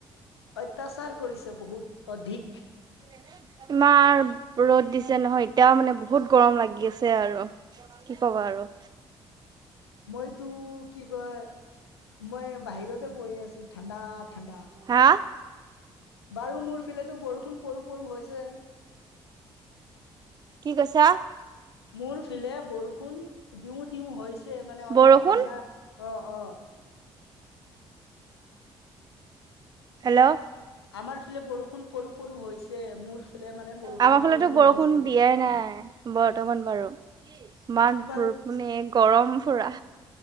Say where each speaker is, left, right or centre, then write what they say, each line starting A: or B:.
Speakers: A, on the left; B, on the right.
A: অত্যাচাৰ কৰিছে বহুত, অধিক।
B: <inaudible> ইমান ৰ'দ দিছে নহয়, এতিয়াও মানে বহুত গৰম লাগি আছে আৰু কি ক'ব আৰু
A: মইতো কি কয়। মই বাহিৰতে বহি আছোঁ, ঠাণ্ডা ঠাণ্ডা।
B: হা।
A: বাৰু মোৰ ফালেতো বৰষুণ পৰো পৰো হৈছে।
B: কি কৈছা?
A: মোৰ ফালে বৰষুণ দিওঁ দিওঁ হৈছে মানে অলপ
B: বৰষুণ।
A: ঠাণ্ডা অ অ
B: হেল্ল'
A: আমাৰ ফালে বৰষুণ পৰো পৰো হৈছে, মোৰ ফালে মানে বৰষুণ
B: আমাৰ ফালেতো
A: দিওঁ দিও
B: বৰষুণ
A: হৈছে।
B: দিয়াই নাই, বৰ্তমান বাৰু ইমান
A: তোমালোক
B: মানে গৰম পুৰা।